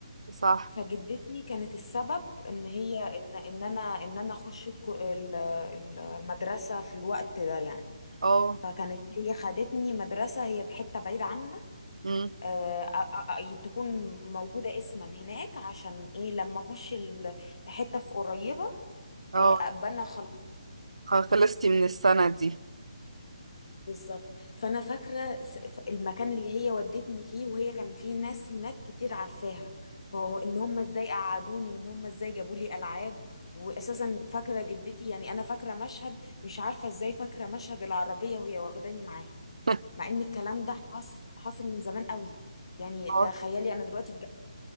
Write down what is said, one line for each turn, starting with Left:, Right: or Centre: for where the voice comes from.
Right: صح
Left: فجدتي كانت السبب ان هي ان ان انا ان انا اخش الك- ال- المدرسة في الوقت ده يعني
Right: اه
Left: فكانت هي خدتني مدرسة هي بحتة بعيدة عنا
Right: امم
Left: آه، آه، آه، تكون موجودة اسما هناك عشان ايه لما اخش ال- حتة في قريبة
Right: اه
Left: آه، ابقى انا خلاص
Right: خ- خلصتي من السنة دي
Left: بالظبط فانا فاكره س- ف- المكان اللي هي ودتني فيه وهي كان فيه ناس هناك كتير عارفاها فهو ان هم ازاي قعدوني وان هم ازاي جابوا لي العاب واساسا فاكره جدتي يعني انا فاكره مشهد مش عارفه ازاي فاكره مشهد العربيه وهي واخداني معاها
Right: <laughs>
Left: مع ان الكلام ده حص حصل من زمان قوي يعني
Right: اه
Left: تخيلي انا دلوقتي في جامعه